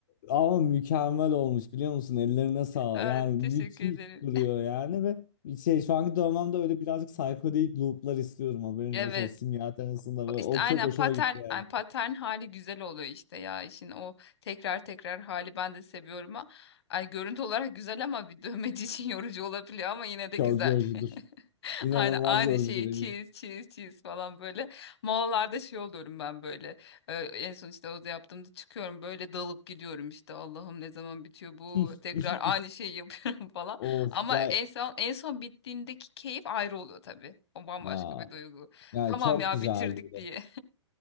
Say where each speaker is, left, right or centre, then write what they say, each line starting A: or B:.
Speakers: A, on the left; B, on the left.
A: ama mükemmel olmuş biliyor musun? Ellerine sağlık.
B: Aa,
A: Yani
B: teşekkür
A: müthiş
B: ederim.
A: duruyor yani ve şey şu anki dövmemde öyle birazcık psikodelik loop'lar istiyorum haberin
B: <laughs> Evet.
A: olsun. O simya temasında böyle.
B: İşte
A: O
B: aynen
A: çok hoşuma
B: patern,
A: gitti yani.
B: yani patern hali güzel oluyor işte ya işin o tekrar tekrar hali ben de seviyorum ha. Ay görüntü olarak güzel ama bir dövmeci için <laughs> yorucu olabiliyor ama yine de
A: Çok
B: güzel.
A: yorucudur.
B: <laughs>
A: İnanılmaz
B: Aynı aynı
A: yorucudur
B: şeyi
A: eminim.
B: çiz çiz çiz falan böyle. Molalarda şey oluyorum ben böyle. Ee, en son işte o da yaptığımda çıkıyorum böyle dalıp gidiyorum işte Allah'ım ne zaman bitiyor bu
A: <laughs>
B: tekrar aynı şeyi <laughs> yapıyorum falan.
A: Of
B: Ama
A: gel.
B: en son en son bittiğindeki keyif ayrı oluyor tabii. O bambaşka
A: Aa,
B: bir duygu.
A: yani
B: Tamam
A: çok
B: ya
A: güzeldi.
B: bitirdik diye.